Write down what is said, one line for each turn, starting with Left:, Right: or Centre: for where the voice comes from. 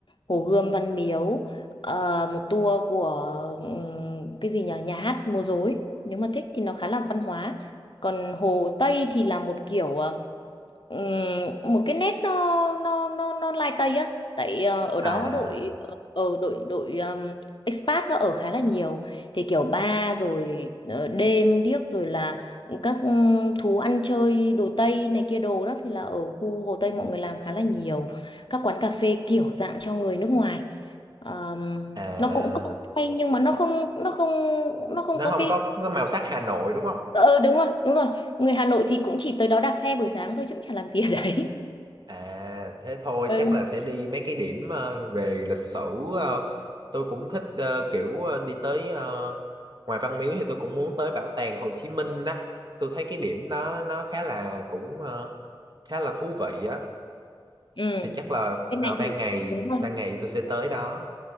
Left: Hồ Gươm Văn Miếu ờ, một tour của ừm, cái gì nhỉ nhà hát múa rối nếu mà thích thì nó khá là văn hóa còn Hồ Tây thì là một kiểu ờ, Ừm, một cái nét nó nó nó nó lai tây á tại ờ, ở đó
Right: à
Left: có đội ở đội đội um, expat nó ở khá là nhiều thì kiểu bar rồi ờ, đêm điếc rồi là các ừm, thú ăn chơi đồ tây này kia đồ đó thì là ở khu Hồ Tây mọi người làm khá là nhiều các quán cà phê kiểu dạng cho người nước ngoài Ờm,
Right: à
Left: nó cũng cũng hay nhưng mà nó không nó không nó không
Right: nó
Left: có
Right: không
Left: cái
Right: có có màu sắc Hà Nội đúng không?
Left: ờ ừ, đúng rồi đúng rồi người Hà Nội thì cũng chỉ tới đó đạp xe buổi sáng thôi chứ cũng chả làm gì ở đấy
Right: À thế thôi
Left: ừ
Right: chắc là sẽ đi mấy cái điểm ờ, về lịch sử ờ, tôi cũng thích ờ, kiểu ờ, đi tới ờ, ngoài Văn Miếu thì tôi cũng muốn tới bảo tàng Hồ Chí Minh đó tôi thấy cái điểm đó nó khá là cũng ờ, khá là thú vị á
Left: Ừ,
Right: thì chắc là
Left: bên
Right: ờ,
Left: này
Right: ban
Left: thì
Right: ngày
Left: đúng rồi,
Right: ban ngày tôi sẽ tới đó